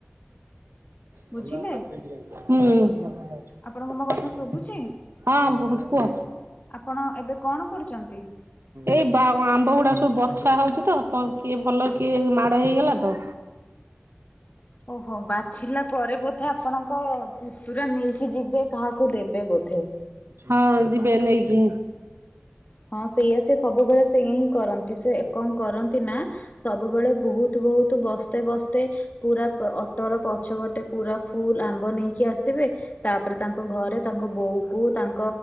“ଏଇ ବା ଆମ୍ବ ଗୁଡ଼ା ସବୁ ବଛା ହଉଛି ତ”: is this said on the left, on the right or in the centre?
Right